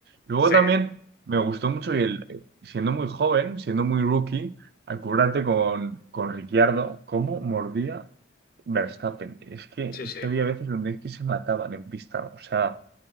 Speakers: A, on the right; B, on the left.
A: Luego
B: Sí,
A: también me gustó mucho y el, eh, siendo muy joven, siendo muy rookie, acuérdate con, con Ricciardo, cómo mordía Verstappen. Es que,
B: sí,
A: es
B: sí.
A: que había veces donde es que se mataban en pista. O sea,